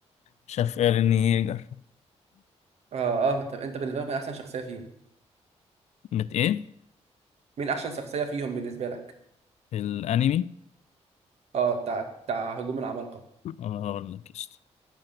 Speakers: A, on the left; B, on the right.
A: شاف إيرين ييجر
B: اه اه طب انت بالنسبه لك مين احسن شخصيه فيهم
A: بت إيه؟
B: مين احسن شخصيه فيهم بالنسبه لك
A: الأنمي
B: اه بتاع بتاع هجوم العمالقه
A: أقول لك قشطة